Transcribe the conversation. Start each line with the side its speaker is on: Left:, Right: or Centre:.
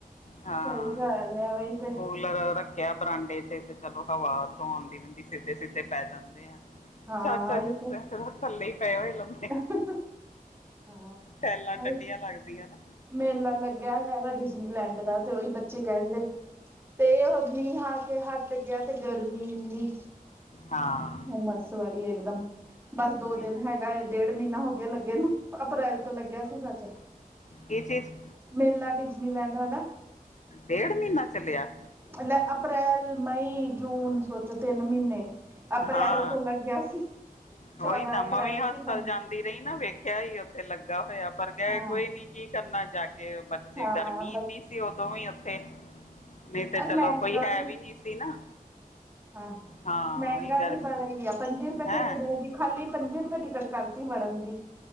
Left: ਹਾਂ
Right: ਸਹੀ ਗੱਲ ਹੈ ਉਹੀ ਤੇ।
Left: ਕੂਲਰ ਰੱਖਿਆ ਬਰਾਂਡੇ ਚ ਤੇ ਚਲੋ ਹਵਾ ਉੱਤੋਂ ਆਉਂਦੀ ਰਹਿੰਦੀ ਸਿੱਧੇ-ਸਿੱਧੇ ਪੈ ਜਾਂਦੇ ਆ।
Right: ਹਾਂ
Left: ਚਾਰ-ਚਾਰ
Right: ਉਹੀ
Left: ਦਿਨ
Right: ਤੇ
Left: ਬੈਠੇ ਰਹੋ ਥੱਲੇ ਹੀ ਪਏ ਹੋਏ ਲੰਮੇ।
Right: <inaudible> ਹਾਂ
Left: ਟਾਈਲਾਂ, ਠੰਡੀਆਂ
Right: ਉਹੀ
Left: ਲੱਗਦੀਆਂ ਨਾ।
Right: ਮੇਲਾ ਲੱਗਿਆ ਹੋਇਆ ਵਾ, ਡਿਜ਼ਨੀਲੈਂਡ ਦਾ ਤੇ ਉਹੀ ਬੱਚੇ ਕਹਿੰਦੇ। ਤੇ ਉਹ ਮੀਂਹ ਆ ਕੇ ਹਟ ਗਿਆ, ਤੇ ਗਰਮੀ ਏ ਨੀ।
Left: ਹਾਂ।
Right: ਮੱਸ ਵਾਲੀ ਇੱਕਦਮ, ਬਸ ਦੋ
Left: ਉਹੀ
Right: ਦਿਨ
Left: ਨਾ
Right: ਹੈਗਾ ਏ। ਡੇਢ ਮਹੀਨਾ ਹੋ ਗਿਆ ਲੱਗੇ ਨੂੰ, ਅਪ੍ਰੈਲ ਤੋਂ ਲੱਗਿਆ ਸੀ ਸੱਚ।
Left: ਇਹ ਚ <inaudible>
Right: ਮੇਲਾ ਡਿਜ਼ਨੀਲੈਂਡ ਵਾਲਾ
Left: ਡੇਢ ਮਹੀਨਾ ਚੱਲਿਆ।
Right: ਲੇ ਅਪ੍ਰੈਲ, ਮਈ, ਜੂਨ, ਸੋਚੋ ਤਿੰਨ ਮਹੀਨੇ। ਅਪ੍ਰੈਲ
Left: ਹਾਂ
Right: ਤੋਂ ਲੱਗਿਆ ਸੀ।
Left: ਉਹੀ
Right: ਚੌਦਾਂ
Left: ਨਾ,
Right: ਅਪ੍ਰੈਲ
Left: ਮੈਂ ਹਸਪਤਾਲ
Right: ਕੀ ਪੰਦਰਾਂ
Left: ਜਾਂਦੀ ਰਹੀ, ਨਾ ਵੇਖਿਆ ਹੀ ਉੱਥੇ ਲੱਗਾ ਹੋਇਆ, ਪਰ ਗਏ
Right: ਹਾਂ
Left: ਕੋਈ ਨੀ। ਕੀ ਕਰਨਾ ਜਾ ਕੇ, ਬੱਚੇ
Right: ਹਾਂ
Left: ਗਰਮੀ
Right: ਬਸ
Left: ਇਨੀ ਸੀ ਉਦੋਂ ਵੀ ਉੱਥੇ ਮੈਂ ਕਿਹਾ,
Right: ਅਰ
Left: ਚਲੋ
Right: ਮਹਿੰਗਾ
Left: ਕੋਈ ਹੈ ਵੀ ਨਹੀਂ ਸੀ ਨਾ।
Right: ਆਹ
Left: ਹਾਂ
Right: ਮਹਿੰਗਾ
Left: ਉਹੀ ਗਰਮੀ
Right: ਵੀ ਬੜਾ ਹੀ ਆ, ਪੰਜੀ ਰੁਪਏ
Left: ਹੈਂ
Right: ਤੇ ਇੱਕ ਦਿਨ ਦੀ ਖਾਲੀ ਪੰਜੀ ਰੁਪਏ, ਟਿਕਟ ਕਰਤੀ ਵੜਨ ਦੀ।